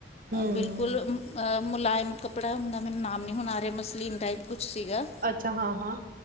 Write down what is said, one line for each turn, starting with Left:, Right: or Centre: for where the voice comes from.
Right: ਹਮ
Left: ਬਿਲਕੁੱਲ ਮੁਲਾਇਮ ਕੱਪੜਾ ਹੁੰਦਾ ਮੈਨੂੰ ਨਾਮ ਨਹੀਂ ਹੁਣ ਆ ਰਿਹਾ ਮਸਲੀਨ ਟਾਈਪ ਕੁੱਛ ਸੀਗਾ
Right: ਅੱਛਾ ਹਾਂ ਹਾਂ